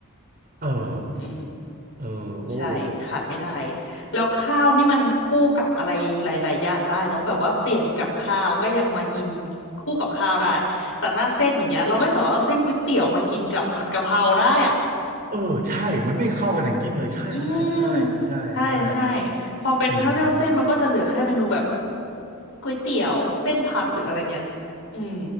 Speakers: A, on the right; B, on the left.
A: เออ
B: อืม
A: เออโอ้
B: ใช่ขาดไม่ได้แล้วข้าวนี่มันคู่กับอะไรหลายๆอย่างได้เนอะแบบว่าเปลี่ยนกับข้าวก็ยังมากินคู่กับข้าวได้แต่ถ้าเส้นอย่างเงี้ยเราไม่สามารถเอาเส้นก๋วยเตี๋ยวมากินกับผัดกะเพราได้อ่ะ
A: เออใช่มันไม่เข้ากันอย่างยิ่งเลยใช่ใช่ใช่ใช่ใช่
B: อืมใช่ใช่พอเป็นถ้าเลือกเส้นมันก็จะเหลือแค่เมนูแบบ
A: อืม
B: ก๋วยเตี๋ยวเส้นผัดหรืออะไรเงี้ยอืม